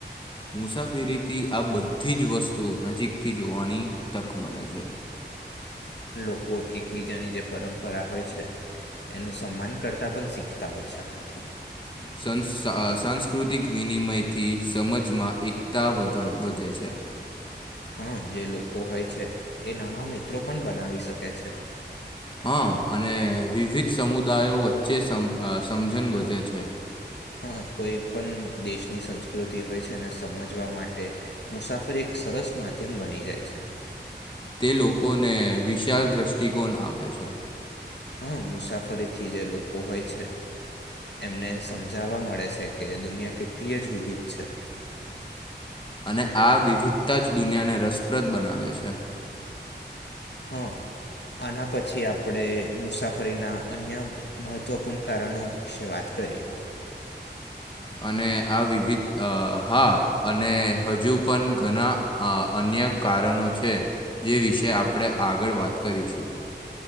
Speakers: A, on the left; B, on the left.
A: મુસાફિરીથી આ બધી જ વસ્તુઓ નજીકથી જોવાની તક મલે છે.
B: <inaudible> લોકો એકબીજાની જે પરંપરા હોય છે... એનું સન્માન કરતા પણ શીખતા હોય છે આનાથી.
A: સંસ સાંસ્કૃતિક વિનિમયથી સમજમાં એકતા વધ વધે છે. <inaudible>
B: હા જે લોકો હોય છે એ નવા મિત્રો પણ બનાવી શકે છે.
A: હા અને વિવિધ સમુદાયો વચ્ચે સમ સમજણ વધે છે.
B: હા કોઈ પણ દેશની સંસ્કૃતિ હોય છે એને સમજવા માટે મુસાફરી એક... એક સરસ માધ્યમ બની જાય છે.
A: તે લોકોને વિશાલ દ્રષ્ટિકોણ આપે છે.
B: હમ્મ, મુસાફરી થી જે લોકો હોય છે એમને સમજાવવા મળે છે કે દુનિયા કેટલી જ વિવિધ છે.
A: અને આ વિવિધતા જ દુનિયાને રસપ્રદ બનાવે છે.
B: હા. આના પછી આપણે મુસાફરીના અન્ય મહત્વપૂર્ણ કારણો વિશે વાત કરીએ.
A: અને આ વિવિધ હા અને હજુ પણ ઘણા અ અન્ ક્યાં કારણો છે જે વિશે આપણે આગળ વાત કરીશું